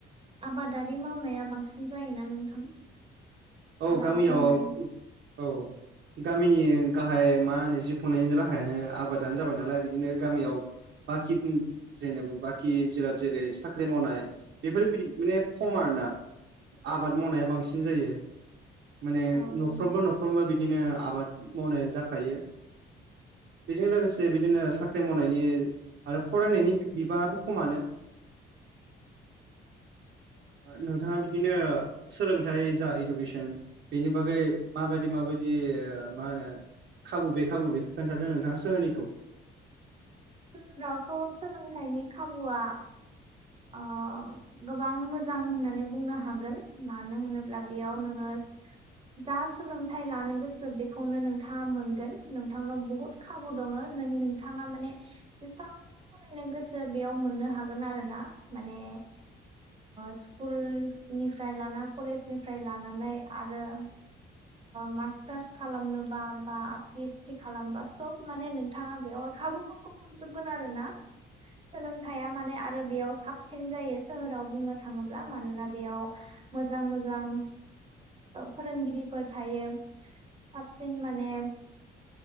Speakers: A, on the right; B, on the right.
A: आबादारि मावनाया बांसिन जायोना नोंथां?
B: औ
A: आबाद
B: गामियाव
A: मावनाया
B: औ गामिनि गाहाय मा होनो जि खुंनायनि राहायानो आबादानो जाबाय नालाय बिदिनो गामियाव बाखि जेनेबा बाखि जिराद जेरै साख्रि मावनाय बेफोरदि माने खम आरोना आबाद मावनाया बांसिन जायो। माने
A: औ
B: न'फ्रोमबो
A: औ
B: न'फ्रोमबो बिदिनो आबाद मावनाय जाखायो बेजों लोगोसे बिदिनो साख्रि मावनायनि आरो फरायनायनि बिबाङाबो खमानो <inaudible> नोंथाङा बिदिनो सोलोंथाइ जा इडुकेसन बेनि बागै माबायदि माबायदि ओ मा होनो खाबु बे खाबु बे खोन्थादो नोंथाङा सोरनिखौ
A: जोंनावथ' सोलोंथाइनि खाबुआ आ गोबां मोजां होननानै बुंनो हागोन मानो होनोब्ला बेयाव नोङो जा सोलोंथाइ लानो गोसो बेखौनो नोंथाङा मोनगोन नोंथांनाव बुहुत खाबु दङ जों नोंथाङा माने जेसेबां फरायनो गोसो बेयाव मोननो हागोन आरो ना माने स्कुलनिफ्राय लाना कलेजनिफ्राय लानानै आरो मास्टार्स खालामनोबा बा पि एइस डि खालामबा सब माने नोंथाङा बेयावर खाबु मोनजोबगोन आरोोना सोलोंथाइया माने आरो बेयाव सा साबसिन जायो सोहोराव बुंनो थाङोब्ला मानोना बेयाव मोजां मोजां फोरोंगिरिफोर थायो साबसिन माने